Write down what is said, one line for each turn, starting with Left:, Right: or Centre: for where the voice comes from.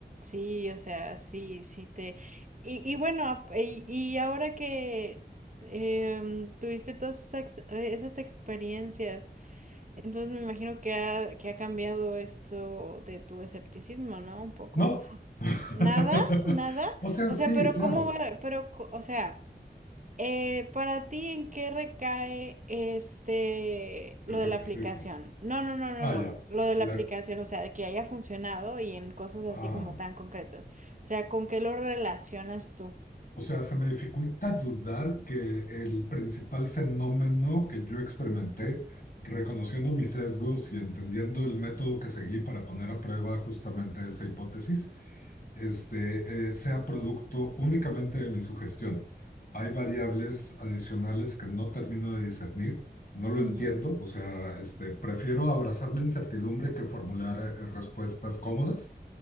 Right: sí, o sea, sí, sí te. Y, y bueno, ap- y, y ahora que em, tuviste todas esas, ex- eh, esas experiencias, entonces me imagino que ha, que ha cambiado esto de tu escepticismo, ¿no? Un poco.
Left: No. <laughs>
Right: Nada, nada.
Left: O sea,
Right: O
Left: sí,
Right: sea, pero
Left: claro.
Right: ¿cómo va? Pero, co- o sea. Eh, para ti, ¿en qué recae este
Left: Escepticismo.
Right: lo de la aplicación? No, no, no, no,
Left: Ah,
Right: no.
Left: ya.
Right: Lo de
Left: Le-
Right: la aplicación, o sea, de que haya funcionado y en cosas
Left: ah.
Right: así como tan concretas. O sea, ¿con qué lo relacionas tú?
Left: O sea, se me dificulta dudar que el principal fenómeno que yo experimenté, reconociendo mis sesgos y entendiendo el método que seguí para poner a prueba justamente esa hipótesis, este, eh, sea producto únicamente de mi sugestión. Hay variables adicionales que no termino de discernir, no lo
Right: Ujú,
Left: entiendo, o sea, este, prefiero abrazar la incertidumbre que formular eh, respuestas cómodas.